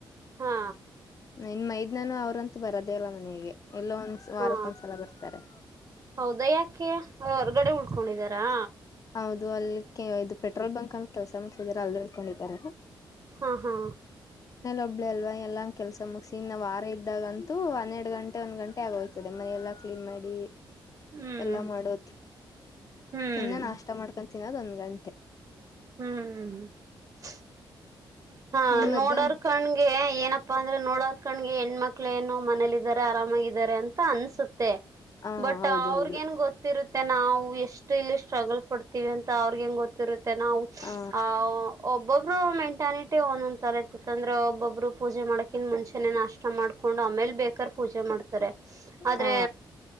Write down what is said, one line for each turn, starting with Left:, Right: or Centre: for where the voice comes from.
Right: ಹಾ
Left: ನಿನ್ ಮೈದ್ನಾನು ಅವ್ರಂತೂ ಬರೋೇ ಅಲ್ಲ ಮನೆಗೆ ಎಲ್ಲೋ ಒಂದ್ ವಾರಕ್
Right: ಹಾ
Left: ಒಂದ್ಸಲ ಬರ್ತಾರೆ
Right: ಹೌದಾ ಯಾಕೆ ಅವ ಹೊರ್ಗಡೆ ಉಳ್ಕೊಂಡಿದಾರಾ
Left: ಹೌದು ಅಲ್ಲಿ ಇದು ಪೆಟ್ರೋಲ್ ಬಂಕ್ ಅಂತ ಕೆಲ್ಸ ಮಾಡ್ಸಿದಿದ್ದಾರೆ ಅಲ್ಲಿ ಹೇಳ್ಕೊಂಡಿದ್ದಾರೆ
Right: ಹ ಹಾ
Left: ಒಬ್ಳ ಅಲ್ವಾ ಎಲ್ಲ ಕೆಲಸ ಮುಗಿಸಿ ಇನ್ನ ವಾರ ಇದ್ದಾಗಂತು ಒನ್ನೆರಡು ಗಂಟೆ ಒಂದ್ ಗಂಟೆ ಆಗೋಯ್ತದೆ ಮನ ಎಲ್ಲ ್ನ್ ಮಾಡಿ
Right: ಹ್ಮ್
Left: ಎಲ್ಲ ಮಾಡೋ
Right: ಹ್ಮ್
Left: ಇನ್ನ ನ ತಿಿನೋದ ಒ್ ಗಂಟೆ
Right: ಹ್ಮ್ ಹ್ಮ್ ಹ್ಮ್ ಹಾ
Left: ನಿನ್ ಮಧ್ಯಾಹ್ನ
Right: ನೋಡರ್ ಕಣ್ಗೆ ಏನಪ್ಪಾ ಅಂದ್ರೆ ನೋಡರ್ ಕಣ್ಗೆ ಹೆಣ್ಮಕ್ಳ ಏನು ಮನೇಲಿ ಿದ್ದಾರೆ ಆರಾಮಾಗಿದ್ದಾರೆ ಅಂತ ಅನ್ಸುತ್ತೆ
Left: ಹ
Right: ಬಟ್
Left: ಹೌದೌದು
Right: ಅವ್ರಗ ನ್ ಗೊತ್ತಿರುತ್ತೆ ನಾವು ಎಷ್ಟು ಇಲ್ಲಿ ಸ್ಟ್ರಗಲ್ ಪಡ್ತ ಅಂತ ಅವ್ರಗ ಹೆಂಗ್ ಗೊತ್ತಿರುತ್ತೆ ನಾವು
Left: ಹ
Right: ಆಹ್ ಒಬ್ಬೊಬ್ರು ಮೆಂಟಾಲಿಟಿ ಒಂದೊ್ ತರ ಕುತಂದ್ರೆ ಒಬ್ಬೊಬ್ಬರು ಪೂಜೆ ಮಾಡಕಿನ್ ಮುಂಚೆನೆ ನಾಷ್ಟ ಮಾಡ್ಕೊಂಡು ಆಮೇಲ್ ಬೇಕಾರ್ ಪೂಜೆ ಮಾಡ್ತಾರೆ ಆದ್ರೆ
Left: ಹ